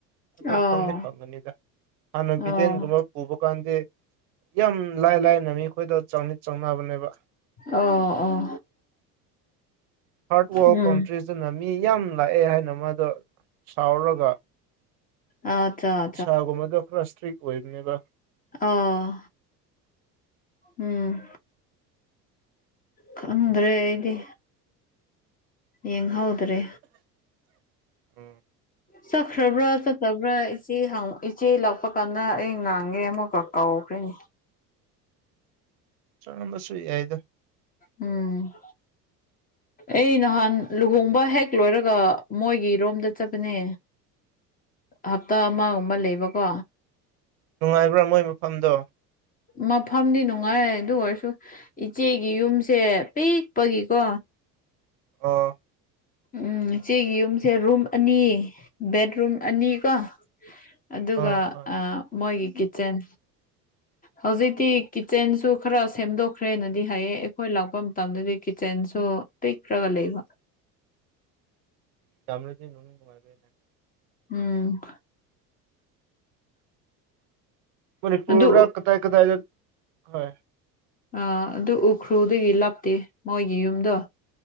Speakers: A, on the right; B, on the left.
A: ꯑꯗꯨ
B: ꯑꯣ
A: ꯐꯪꯗꯤ ꯐꯪꯒꯅꯤꯗ ꯍꯥꯟꯅ
B: ꯑꯣ
A: ꯕꯤꯗꯦꯟꯒꯨꯝꯕ ꯄꯨꯕ ꯀꯥꯟꯗꯤ ꯌꯥꯝ ꯂꯥꯏ ꯂꯥꯏꯅ ꯃꯤ ꯑꯩꯈꯣꯏꯗ ꯆꯪꯅꯤ ꯆꯪꯅꯕꯅꯦꯕ
B: ꯑꯣ ꯑꯣ
A: ꯊꯥꯔꯠ ꯋꯥꯔꯜ
B: ꯎꯝ
A: ꯀꯟꯇ꯭ꯔꯤꯁꯤꯅ ꯃꯤ ꯌꯥꯝ ꯂꯥꯛꯑꯦ ꯍꯥꯏꯅ ꯃꯥꯗꯣ ꯁꯥꯎꯔꯒ
B: ꯑꯆꯥ
A: ꯚꯤꯁꯥꯒꯨꯝꯕꯗꯣ ꯈꯔ ꯏꯁꯇ꯭ꯔꯤꯛ ꯑꯣꯏꯕꯅꯦꯕ
B: ꯑꯣ ꯎꯝ ꯈꯪꯗ꯭ꯔꯦ ꯑꯩꯗꯤ ꯌꯦꯡꯍꯧꯗ꯭ꯔꯦ
A: ꯎꯝ
B: ꯆꯠꯈ꯭ꯔꯕ꯭ꯔꯥ ꯆꯠꯇꯕ꯭ꯔꯥ ꯏꯆꯦ ꯍꯥꯡ ꯏꯆꯦ ꯂꯥꯛꯄ ꯀꯥꯟꯗ ꯑꯩ ꯉꯥꯡꯉꯦ ꯑꯃꯨꯛꯀ ꯀꯥꯎꯈ꯭ꯔꯦꯅꯦ
A: ꯆꯝꯕꯁꯨꯨꯏ ꯌꯥꯏꯗ
B: ꯎꯝ ꯑꯩ ꯅꯍꯥꯟ ꯂꯨꯍꯣꯡꯕ ꯍꯦꯛ ꯂꯣꯏꯔꯒ ꯃꯣꯏꯒꯤ ꯔꯣꯝꯗ ꯆꯠꯄꯅꯦ꯫ ꯍꯞꯇꯥ ꯑꯃꯒꯨꯝꯕ ꯂꯩꯕꯀꯣ
A: ꯅꯨꯡꯉꯥꯏꯕ꯭ꯔ‌ꯣ ꯃꯣꯏ ꯃꯐꯝꯗꯣ
B: ꯃꯐꯝꯗꯤ ꯅꯨꯡꯉꯥꯏ ꯑꯗꯨ ꯑꯣꯏꯔꯁꯨ ꯏꯆꯦꯒꯤ ꯌꯨꯝꯁꯦ ꯄꯤꯛꯄꯒꯤꯀꯣ
A: ꯑꯣ꯫
B: ꯎꯝ ꯏꯆ‌ꯦꯒꯤ ꯌꯨꯝꯁꯦ ꯔꯨꯝ ꯑꯅꯤ ꯕꯦꯠꯔꯨꯝ ꯑꯅꯤꯀꯣ ꯑꯗꯨꯒ
A: ꯑꯥ ꯍꯣꯏ
B: ꯑꯥ ꯃꯣꯏꯒꯤ ꯀꯤꯠꯆꯟ ꯍꯧꯖꯤꯛꯇꯤ ꯀꯤꯠꯆꯦꯟꯁꯨ ꯈꯔ ꯁꯦꯝꯗꯣꯛꯈ꯭ꯔꯦꯅꯗꯤ ꯍꯥꯏꯌꯦ ꯑꯩꯈꯣꯏ ꯂꯥꯛꯄ ꯃꯇꯝꯗꯗꯤ ꯀꯤꯠꯆꯦꯟꯁꯨ ꯄꯤꯛꯔꯒ ꯂꯩꯕ
A: <unintelligible>
B: ꯎꯝ꯫
A: ꯃꯅꯤꯄꯨꯔꯗ
B: ꯑꯗꯨ
A: ꯀꯗꯥꯏ ꯀꯗꯥꯏꯗ ꯍꯣꯏ
B: ꯑ ꯑꯗꯨ ꯎꯈ꯭ꯔꯨꯗꯒꯤ ꯂꯥꯞꯇꯦ ꯃꯣꯏꯒꯤ ꯌꯨꯝꯗꯣ